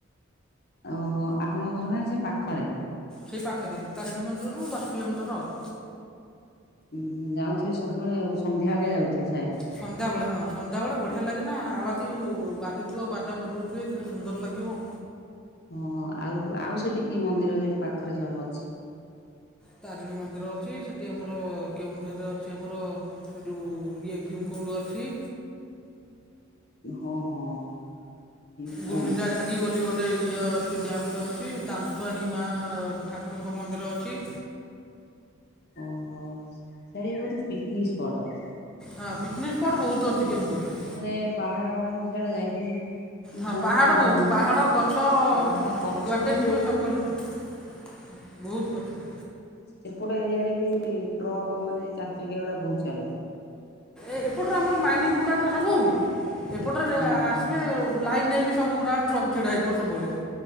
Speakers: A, on the left; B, in the centre.
A: ଓହୋ! ଆପଣଙ୍କ ଘର ଟା ସେ ପାଖରେ।
B: ସେହି ପାଖେରେ ତାରିଣୀ ମନ୍ଦିରରୁ ଦଶ୍ କିଲୋମିଟର ଆଉ।
A: ଉଁହୁଁ ଯାଉଥିବେ ସବୁବେଳେ ଆଉ ସନ୍ଧ୍ୟାବେଳିଆ ଯାଉଥିବେ ସାଏଦ।
B: ସନ୍ଧ୍ୟାବଳେ ହଁ ସନ୍ଧ୍ୟାବଳେ ବଢ଼ିଆ ଲାଗେ ନା ଆଳତି ବାଜୁଥିବ ବାଜା ବଜଉଥିବେ କେଡ଼େ ସୁନ୍ଦର ଲାଗିବ।
A: ହୁଁ ଆଉ ଆଉ ସେଠି କି ମନ୍ଦିର ସେଠି ପାଖରେ ସବୁ ଅଛି।
B: ତାରିଣୀ ମନ୍ଦିର ଅଛି ସେଠି ଆମର କେଉଁଝରରେ ଅଛି ଆମର ଏ ଯୋଉ ଇଏ ଭୀମ୍କୁଣ୍ଡ୍ ଅଛି।
A: ହଁ ହଁ। ଭୀମକୁଣ୍ଡ
B: ଗୁଣ୍ଡିଚା ଘା <unintelligible> ବୋଲି ଗୋଟେ ଇଏ ଅଛି ଡ୍ୟାମ୍ ଟେ ଅଛି, ଦାନ୍ତୁଆଣି ମା ଠାକୁରଙ୍କ ମନ୍ଦିର ଅଛି।
A: ଓହୋ ସିଆଡିକି ବୋଧେ ପିକନିକ୍ ସ୍ପଟ୍ ଅଛି।
B: ହଁ ପିକ୍ନିକ୍ ସ୍ପଟ୍ ବହୁତ୍ ଅଛି କେଉଁଝରରେ।
A: ମାନେ ପାହାଡ-ପାହାଡ ମୁଁ ସେଇଟା ଯାଇଥିଲି। ମାନେ
B: ହଁ
A: ବହୁତ
B: ପାହାଡ଼
A: ଜଙ୍ଗ
B: ବହୁତ୍ ପାହାଡ଼ ଗଛ
A: ପାହାଡ ଗଛ
B: ଯୁଆଡେ
A: ବି
B: ଯିବେ
A: ବହୁତ
B: ସବୁବେଳେ ବହୁତ୍ ଗଛ।
A: ସେପଟ ଏରିଆରେ ବି ଟ୍ରକ ମାନେ ଚାରିଚକିଆ ଗୁଡା ବହୁତ୍ ଚାଲେ।
B: ଏ ଏପଟରେ ଆମର ମାଇନିଂ ଗୁଡ଼ା ନା ସବୁ। ଏପଟରେ
A: ହଁ
B: ଆସିବେ
A: ହଁ
B: ଲାଇନ୍ ହେଇକି ସବୁଗୁଡ଼ାକ ଟ୍ରକ୍ ଛିଡ଼ା ହେଇଥିବ ସବୁବେଳେ।